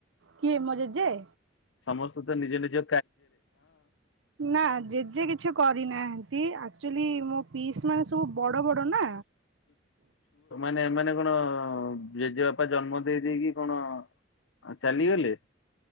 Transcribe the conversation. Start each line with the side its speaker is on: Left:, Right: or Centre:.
Right: କିଏ ମୋ ଜେଜେ
Left: ସମସ୍ତେ ତ ନିଜେ ନିଜେ
Right: ନା ଜେଜେ କିଛି କରିନାହାନ୍ତି ଆକଚୁଆଲି ମୋ ପିସ୍ ମା ସହ ବଡ ବଡ ନା?
Left: ନା ଏମାନେ କଣ ଜେଜେବାପା ଜନ୍ମ ଦେଇ ଦେଇେଇକି କଣ? ଆଉ ଚାଲିଗଲେ।